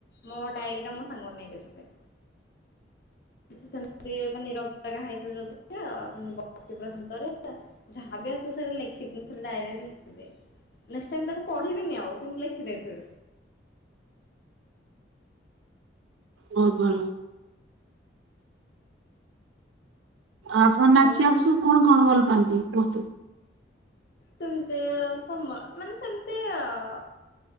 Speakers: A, on the left; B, on the right.
A: ମୋ ଡାଏରିଟା ମୋ ସାଙ୍ଗରେ ନେଇକି ଯିବି କିଛି ସେମିତି <inaudible> ଯାହାବି ଆସେ ସେଇଟା ଲେଖିକି ଥରେ ଡାଏରୀ ରେ ଲେଖିବେ ଲାଷ୍ଟ୍ ଟାଇମ ତାକୁ ପଢିବିନି ଆଉ କିନ୍ତୁ ଲେଖିଦେବି
B: ବହୁତ ଭଲ ଆପଣ ନାଚିବାକୁ
A: ଆଉ
B: ସବୁ କଣ କଣ ଭଲ ପାଆନ୍ତି କୁହନ୍ତୁ
A: ସେମିତି ସମ ମାନେ ସେମିତି ଅଉ